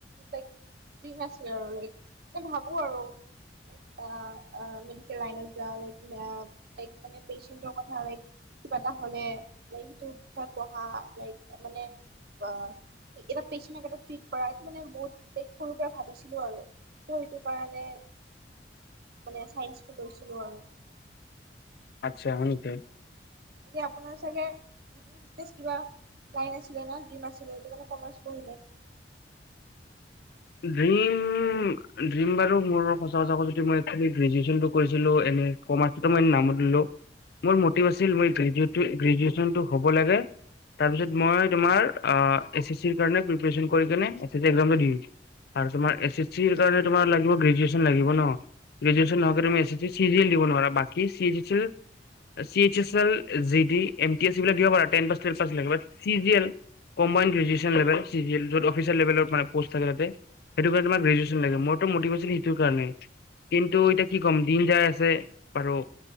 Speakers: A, on the right; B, on the left.
A: লাইক, ড্ৰীম আছিলে আৰু লাইক, মানে ভাবোঁ আৰু, লাইক আহ আহ মেডিকেল লাইনত যোৱা আহ লাইক মানে পেচেন্তৰ কথা লাইক কিবা এটা হ'লে, লাইক সেইটো বিষয়ে পঢ়া লাইক মানে, আহ, এইকেইটা পেচেণ্টক এটা ট্ৰিট কৰা এইটো মানে বহুত সৰুৰ পৰা ভাবিছিলোঁ আৰু, ত' সেইটো কাৰণে, মানে চাইন্সটো লৈছিলোঁ আৰু।
B: আচ্ছা, হয় নেকী?
A: এতিয়া আপোনাৰ চাগে বিজনেচ <unintelligible> কিবা, লাইন আছিলে নে ড্ৰিম আছিলে সেইটো কাৰণে কমাৰ্চ পঢ়িলে।
B: ড্ৰীম ড্ৰীম বাৰু মোৰো সঁচা কথা ক'ব গ'লে কি মই কি আকচুৱেলি গ্ৰেজুৱেচনটো কৰিছিলো এম এ কমাৰ্চ সেইটো মই নামত <unintelligible> মোৰ মটিভ আছিল গ্ৰেজু-গ্ৰেজুৱেচনটো হ'ব লাগে, তাৰপিছত মই তোমাৰ আহ এছ ই ছিৰ কাৰণে প্ৰিপাৰেচন কৰি কিনে এছ ই চি এক্সামটো দি দিম। আৰু তোমাৰ এছ এছ চিৰ কাৰণে তমাৰ গ্ৰেজুৱেচন লাগিব ন গ্ৰেজুৱেচন নোহোৱাকৈ তুমি A S C G L দিব নোৱাৰা বাকী C H G L, C ইউত L, GD, M T S এইবিলাক দিব পাৰা টেন পাছ টোৱেল পাছ লৈকে but C G L combine graduation লেবেল চি জি এল যত অচিয়েল লেভেলে পষ্ট থাকে তাতে সেইটো কাৰণে তোমাৰ গ্ৰেজন লাগে মইতো মতিভেচশ সেইটো কাৰণে কিন তো এতিয়া কি ক'ম দিন যাই আছে বাৰু